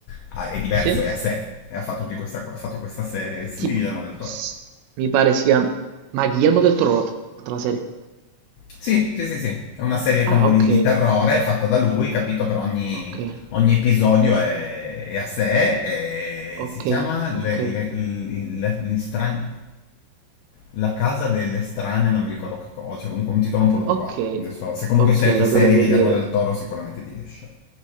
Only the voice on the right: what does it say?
sì.
E
tipo,
s- mi pare sia... Ma Guillermo del Toro l'ha fatta la serie.
Ah, ok.
Ok.
Ok.
Ok.
Ok.
Ok,
la
dovrei vedere.